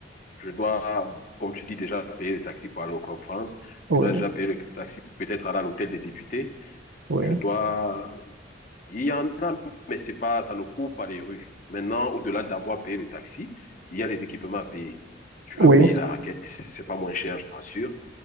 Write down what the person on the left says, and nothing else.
je dois, comme tu dis déjà, payer le taxi pour aller au Club France.
Je dois déjà payer le taxi pour peut-être aller à l'hôtel des députés.
Je dois, il y en a, mais c'est pas, ça ne court pas les rues. Maintenant, au-delà d'avoir payé le taxi, il y a les équipements à payer. Tu
dois payer la raquette, c'est pas moins cher, je te rassure.